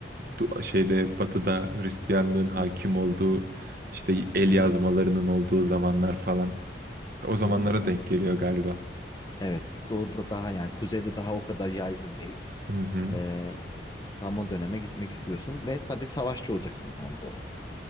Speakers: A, on the right (about 55°); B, on the left (about 20°).
A: du- şeyde batıda Hristiyanlığın hakim
B: Hı-hı.
A: olduğu işte el
B: Hı-hı.
A: yazmalarının olduğu zamanlar falan o zamanlara
B: Hı-hı.
A: denk geliyor galiba.
B: Evet, doğuda daha yani kuzeyde daha o kadar yaygın değil.
A: Hı hı.
B: Ee, tam o döneme gitmek istiyorsun ve tabii savaşçı olacaksın o zaman doğal olarak.